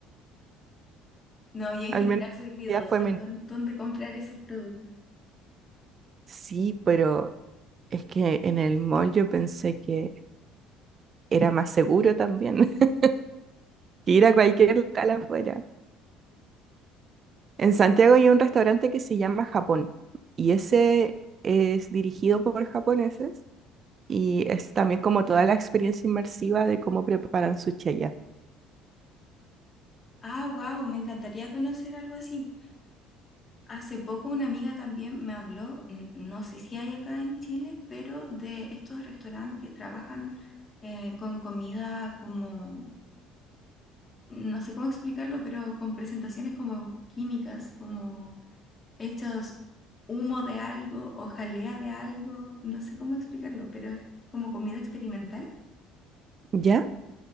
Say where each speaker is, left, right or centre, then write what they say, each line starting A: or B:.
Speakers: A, on the left; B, on the right.
A: No, y en
B: al
A: general
B: menos
A: soy cuidadosa
B: ya fue menos.
A: con dónde comprar esos productos.
B: Sí, pero es que en el mall yo pensé que era más seguro también <laughs> que ir
A: Claro.
B: a cualquier local afuera. En Santiago hay un restaurante que se llama Japón y ese es dirigido por japoneses y es también como toda la experiencia inmersiva de cómo preparan sushi allá.
A: Ah, wow, me encantaría conocer algo así. Hace poco una amiga también me habló, n- no sé si hay acá en Chile, pero de estos restaurantes que trabajan eh, con comida como, no sé cómo explicarlo, pero con presentaciones como químicas, como hechos humo de algo o jalea de algo, no sé cómo explicarlo, pero es como comida experimental
B: ¿Ya?